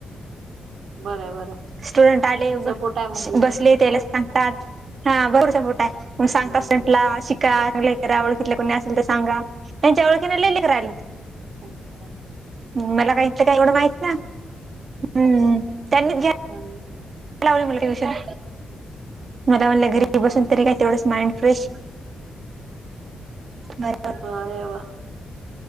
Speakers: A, on the right; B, on the right.
A: बर बरं
B: स्टुडंट आले
A: सपोर्ट आहे म्हणजे
B: बसले त्याला सांगतात हा बरचा फोटा आहे मग सांग
A: हम्म
B: असटला का नाहीकररा ओळखीतल्या कोणी असेल तर सांगा त्यांच्या ओळखी ने लय लेकर आलीत
A: हो का
B: मला काही काही एवढं माहित ना हम् त्यांनीच घ्या
A: हम
B: कवर मला का विषय मला म्हणलं घरी
A: अच्छा
B: बसून तरी काही तेवढंच माइंड फ्रेश बरं
A: बर वा